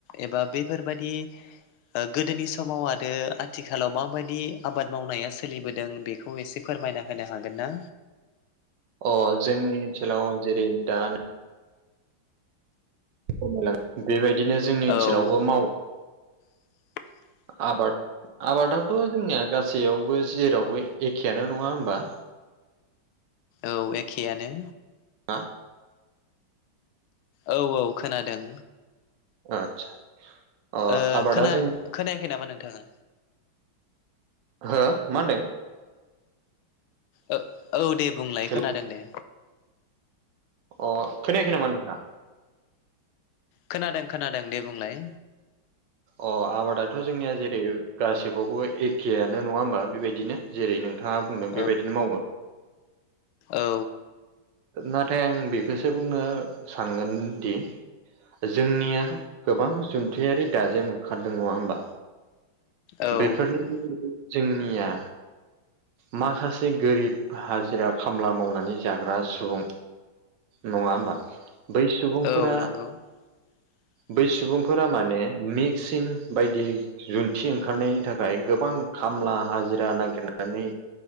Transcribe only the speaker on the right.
अ जोंनि ओनसोलाव जेरै दान खमायलाङो बेबायदिनो जोंनि ओनसोलावबो
मावो।
आबाद आबादाथ' जोंनिया गासैयावबो जेरावबो एखेयानो नङा होमबा।
हा
आदसा अ
आबादा
जों
हो मा होनदों?
हेल'
अ खोनायाखै नामा नोंथां?
अ आबादाथ' जोंनिया जेरै गासिबावबो एखेआनो नङा होमबा बेबायदिनो जेरै नों थाङा बुंदों बेबायदिनो
मावो
नाथाय आं बेखौसो बुंनो सानगोन दि जोंनिया गोबां ज <unintelligible> दाजेम ओंखारदों नङा होमबा
बेफोरनि। जोंनिया माखासे गोरिब हाजिरा खामला मावनानै जाग्रा सुबुं नङा होमबा बै सुबुंफोरा
बै सुबुंफोरा माने मेक्सिन बायदि जुन्थि ओंखारनायनि थाखाय गोबां खामला हाजिरा नागिरनानै